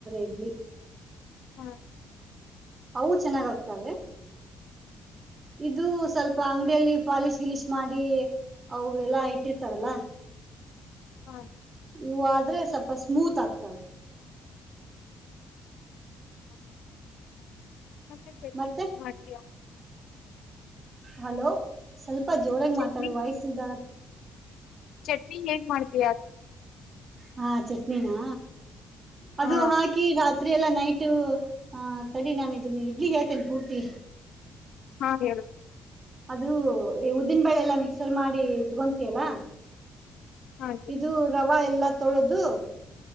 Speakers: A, on the right (about 25°); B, on the left (about 70°).
A: ಇಡ್ಲಿ.
B: ಹಾ.
A: ಅವು ಚೆನ್ನಾಗ್ತಾವೆ ಇದು ಸ್ವಲ್ಪ ಅಂಗಡಿಯಲ್ಲಿ ಪಾಲಿಶ್ ಗಿಲಿಶ್ ಮಾಡಿ. ಅವ್ರ ಎಲ್ಲಾ ಇಟ್ಟಿರ್ತಾರಲ್ಲ.
B: ಹ್ಮ.
A: ಯು ಆದ್ರೆ ಸ್ವಲ್ಪ ಸ್ಮೂತ್ ಆಗ್ತವೆ.
B: ಹ ಮತ್ತೆ ಚಟ್ನ
A: ಮತ್ತೆ
B: ಹಟಿಯ.
A: ಹಲೋ ಸ್ವಲ್ಪ ಜೋರಾಗಿ
B: ಚಟ್ನಿ
A: ಮಾತಾಡ ವಯಸಾರ.
B: ಚಟ್ನಿ ಹೇಗ್ ಮಾಡ್ತಿ.
A: ಹಾ ಚಟ್ನಿನಾ ಅದು
B: ಹಾ
A: ಹಾಕಿ ರಾತ್. ರತ್ರಿ ಎಲ್ಲ ನೈಟ್ ಆಹ ತಡಿ ನಾನು ಇದನ ಇಡ್ಲಿ ಹೇಳ್ತೇನೆ ಪೂರ್ತಿ.
B: ಹಾ ಹೇಳ.
A: ಅದು ಉದಿನ ಬಳೆ ಎಲ್ಲ ಮಿಕ್ಸರ್ ಮಾಡಿ ಇಟ್ಕೊಂತಿಯಲ್ಲ
B: ಹಾಗೆ
A: ಇದು ರವೆ ಎಲ್ಲಾ ತೊಳೋದು.